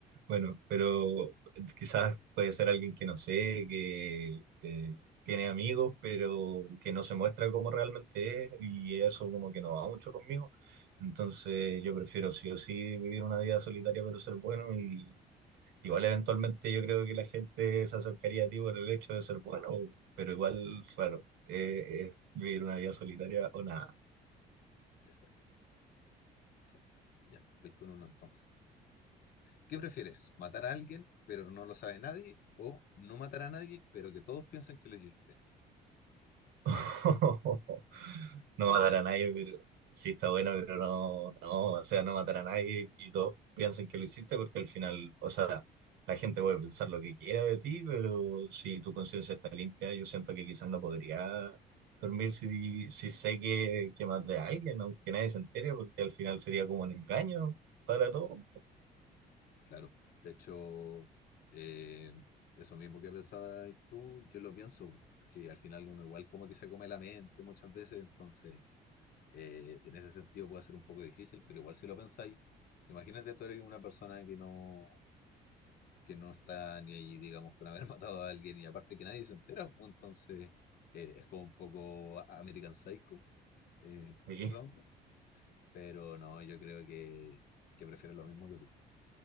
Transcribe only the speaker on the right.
Bueno, pero quizás puede ser alguien que no sé, que eh, tiene amigos, pero que no se muestra como realmente es y eso como que no va mucho conmigo. Entonces yo prefiero sí o sí vivir una vida solitaria pero ser bueno y igual eventualmente yo creo que la gente se acercaría a ti por el hecho de ser bueno, pero igual, claro, eh, es vivir una vida solitaria o nada.
<laughs>
no matar
a nadie, pero sí está bueno, pero no, no, o sea, no matar a nadie y todos piensan que lo hiciste porque al final, o sea, la gente puede pensar lo que quiera de ti, pero si tu conciencia está limpia, yo siento que quizás no podría dormir si, si sé que, que maté a alguien, aunque nadie se entere, porque al final sería como un engaño para todos.
Y,